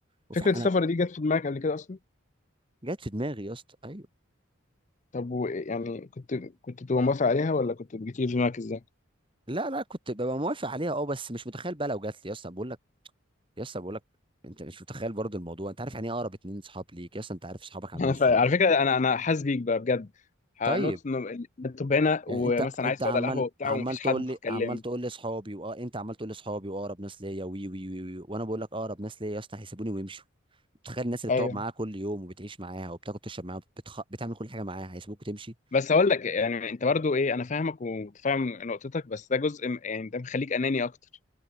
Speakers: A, on the right; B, on the left.
A: وفي
B: فكره السفر
A: انا
B: دي جت في دماغك قبل كده اصلا؟
A: جت في دماغي يا اسطى ايوه
B: طب و يعني كنت كنت تبقى موافق عليها ولا كنت بتيجي في دماغك ازاي؟
A: لا لا كنت ببقى موافق عليها اه بس مش متخيل بقى لو جات لي يا اسطى بقول لك يا اسطى بقول لك انت مش متخيل برضو الموضوع انت عارف يعني ايه اقرب اتنين صحاب ليك يا اسطى انت عارف صحابك عاملين
B: <laughs> انا
A: ازاي
B: ف... على فكره انا انا حاسس بيك بقى بجد هنوت
A: طيب
B: انه ال- بتبقى هنا
A: يعني
B: ومثلا
A: انت انت
B: عايز تقعد
A: عمال
B: على القهوه وبتاع
A: عمال
B: ومفيش
A: تقول
B: حد تتكلم
A: لي عمال تقول لي اصحابي واه انت عمال تقول لي اصحابي واقرب ناس ليا وي وي وي, وي. وانا بقول لك اقرب ناس ليا يا اسطى هيسيبوني ويمشوا تخيل الناس اللي
B: ايوه
A: بتقعد معاها كل يوم وبتعيش معاها وبتاكل تشرب معاها بتخ... بتعمل كل حاجه معاها هيسيبوك وتمشي
B: بس هقول لك يعني انت برضو ايه انا فاهمك ومتفاهم نقطتك بس ده جزء م- يعني ده مخليك اناني اكتر